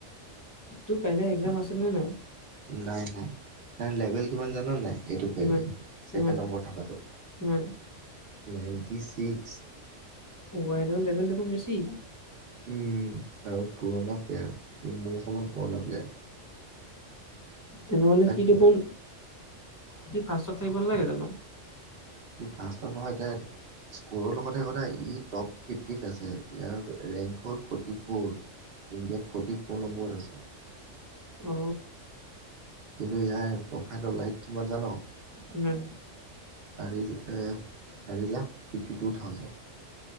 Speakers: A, on the left; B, on the right.
A: তোৰ কাইলে একজাম আছে নে নাই?
B: নাই নাই, তাৰ লেভেল কিমান জান নাই? এইটো কবি,
A: কিমান কিমান
B: ছেকেণ্ড নম্বৰ থকাটো
A: কিমান
B: নাইণ্টি ছিক্স
A: ৱাইৰ লেভেল দেখোন বেছি।
B: উম আৰু পুৰণা প্লেয়াৰ, মোৰ সমান পুৰণা প্লেয়াৰ।
A: তেনেহ'লে
B: তাক
A: সি দেখোন সি ফাষ্টত থাকিব নালাগে জানোঁ।
B: কি ফাষ্টত নহয়। <unintelligible> স্ক'ৰৰ লগতে সদায় টপ ফিফটিত আছে ইয়াৰ ৰেংক হ'ল ফৰ্টি ফ'ৰ। ইণ্ডিয়াত ফ'ৰ্টি ফ'ৰ নম্বৰত আছে।
A: অ।
B: কিন্তু ইয়াৰ প্ৰফাইলৰ লাইট কিমান জানোঁ?
A: কিমান?
B: চাৰি <unintelligible> চাৰি লাখ ফিফটি টু থাউজেণ্ড।